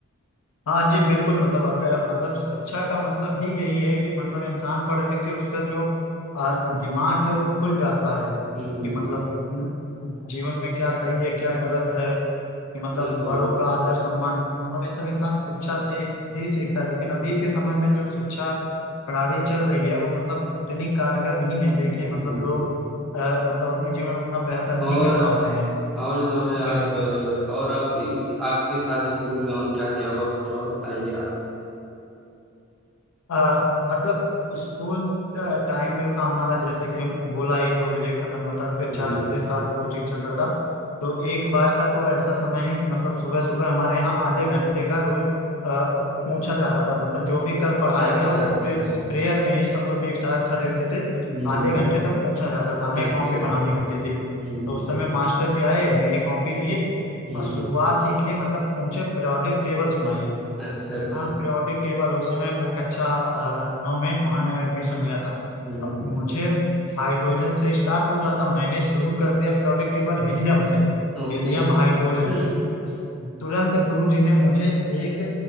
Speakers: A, on the left; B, in the centre.
A: हाँ जी बिल्कुल मतलब अगर मतलब शिक्षा का मतलब ही यही है कि मतलब इंसान पढ़ लिख के उसका जो आ, दिमाग है वो खुल जाता है
B: हम्म
A: कि मतलब उम, जीवन में क्या सही है क्या गलत है कि मतलब
B: बिल्कुल
A: बड़ों का आदर सम्मान मतलब ये सब इंसान शिक्षा से ही सीखता है लेकिन अभी के समय में जो शिक्षा प्रणाली चल रही है वो मतलब उतनी कारगर नहीं है देखिए
B: हम्म
A: मतलब लोग आ, मतलब अपने जीवन में उतना बेहतर नहीं
B: और
A: कर पा रहे हैं
B: और
A: जितना
B: जो है
A: लोग
B: आप
A: पहले कर
B: अ,
A: लेते
B: और
A: थे
B: आप इस आपके साथ स्कूल में और क्या क्या हुआ कुछ और बताइए आप
A: आ, मतलब स्कूल टाइम जो था हमारा जैसे कि हम बोला ही दो बजे खत्म होता था फिर
B: हम्म
A: चार से सात कोचिंग चलता था तो एक बार का तो ऐसा समय है कि मतलब सुबह सुबह हमारे यहाँ आधे घंटे का रोज आ, पूछा जाता था मतलब जो भी कल पढ़ाया
B: अच्छा
A: गया वो
B: अच्छा
A: पूरे प्रेयर में ही सब लोग एक साथ खड़े होते थे
B: हम्म
A: आधे घंटे तक पूछा जाता था हमें
B: अच्छा
A: कॉपी बनानी होती थी तो
B: हम्म
A: उस समय मास्टर जी आए मेरी कॉपी लिए
B: हम्म
A: और शुरुआत ही किए मतलब पूछे periodic टेबल सुनाइए
B: अच्छा अच्छा
A: मैंने कहा पीरियोडिक टेबल उस समय मैं कक्षा अ, नौ में वहां नया एडमिशन लिया था
B: हम्म
A: अब मुझे हाइड्रोजन से स्टार्ट हो जाता मैंने शुरू कर दिया पीरियोडिक टेबल हीलियम से
B: ओके
A: हीलियम हाइड्रोजन
B: अ,
A: बस तुरंत गुरु जी ने मुझे एक